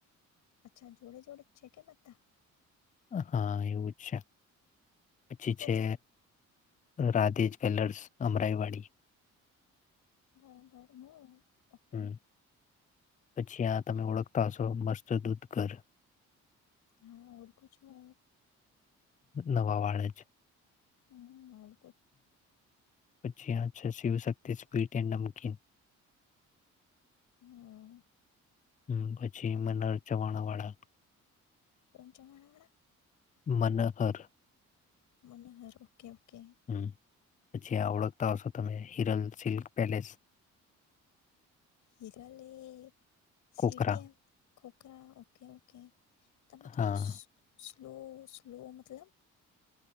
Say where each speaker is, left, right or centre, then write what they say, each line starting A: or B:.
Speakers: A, on the left; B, on the left.
A: અચ્છા જોડે જોડું જ છે કે બધા
B: હા એવું જ છે પછી
A: ઓકે
B: છે
A: તો
B: રાધે જ્વેલર્સ અમરાઈવાડી.
A: મ અપ <inaudible>
B: હમ પછી આ તમે ઓળખતા હશો. મસ્ત દૂધ ઘર
A: હા <inaudible> કુછ હો
B: નવા વાળા છે.
A: હમ
B: પછી આ છે શિવશક્તિ જ વીટે નમકીન <unintelligible>
A: હમ!
B: હમ પછી મનર ચવાણા વાળા.
A: કોણ પ્રવાણાવાડા <inaudible>
B: મનહર
A: મનહર ઓકે ઓકે
B: હમ પછી આ ઓળખતા હશો તમે Hiral silk palace?
A: Hirali CTM?
B: કોકરા
A: Khokhra okay okay! તમે થોડું
B: હા
A: <inaudible> સ્લો સ્લો મતલબ?